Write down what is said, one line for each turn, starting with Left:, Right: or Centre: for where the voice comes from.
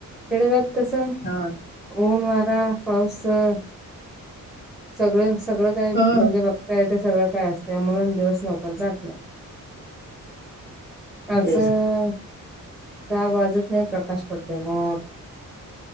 Centre: खेडेगात कसं
Left: हो
Centre: ऊन वारा पाऊस - सगळं सगळं काय म्हणजे
Left: हो
Centre: बघताय ते सगळं काय असते म्हणून दिवस लवकर जात नाही असं
Left: तेच
Centre: सा वाजत नाही प्रकाश पडते मग